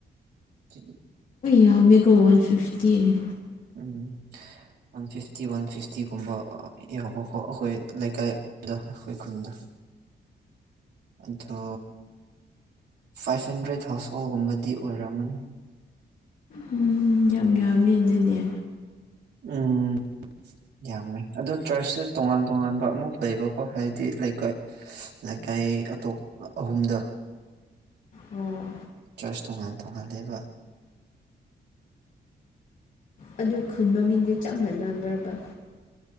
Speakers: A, on the right; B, on the left.
A: <inaudible>
B: ꯌꯥ ꯃꯒꯣ ꯋꯥꯟ ꯐꯤꯐꯇꯤ
A: ꯎꯝ ꯋꯥꯟ ꯐꯤꯐꯇꯤ ꯋꯥꯟ ꯐꯤꯐꯇꯤꯒꯨꯝꯕ ꯌꯥꯎꯕꯀꯣ ꯑꯩꯈꯣꯏ ꯂꯩꯀꯥꯏ ꯈꯣꯏ ꯈꯨꯟꯗ ꯑꯗꯣ ꯐꯥꯏꯚ ꯍꯟꯗ꯭ꯔꯦꯠ ꯍꯥꯎꯁ ꯍꯣꯜꯒꯨꯝꯕꯗꯤ ꯑꯣꯏꯔꯝꯑꯃꯅꯤ
B: ꯎꯝ ꯌꯥꯝ ꯌꯥꯝꯃꯦ ꯑꯗꯨꯗꯤ
A: ꯎꯝ ꯌꯥꯝꯃꯦ ꯑꯗ ꯆꯔꯆꯁꯦ ꯇꯣꯉꯥꯟ ꯇꯣꯉꯥꯟꯕ ꯑꯃꯨꯛ ꯂꯩꯕꯀꯣ ꯍꯥꯏꯗꯤ ꯂꯩꯀꯣꯏ ꯀꯥꯏ ꯑꯇꯣꯞ ꯑꯍꯨꯝꯗ
B: ꯑꯣ
A: ꯆꯔꯆ ꯇꯣꯉꯥꯟ ꯇꯣꯉꯥꯟ ꯂꯦꯕ
B: ꯑꯗꯨ ꯈꯨꯟ ꯃꯃꯤꯡꯁꯦ ꯆꯞ ꯃꯥꯟꯅꯕ꯭ꯔꯕ